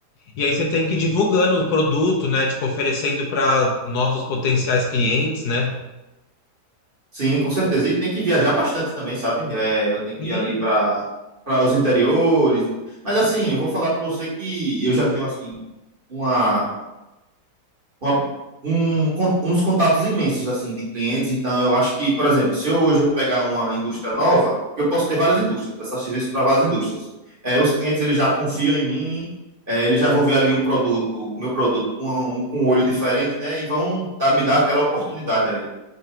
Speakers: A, on the left; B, on the right.
A: E aí você tem que ir divulgando o produto, né? Tipo, oferecendo para novos potenciais clientes, né?
B: Sim, com certeza. E tem que viajar bastante também, sabe? É, eu tenho
A: Sim.
B: que ir ali para para os interiores. Mas assim, eu vou falar para você que eu já tenho assim uma, uma um, con- uns contatos imensos assim de clientes. Então, eu acho que, por exemplo, se eu, hoje eu pegar uma indústria nova, porque eu posso ter várias indústrias, prestar serviço para várias indústrias. É, os clientes eles já confiam em mim. é, eles já vão ver ali o produto, o meu produto com um, com um olho diferente, né? E vão dar- me dar aquela oportunidade ali.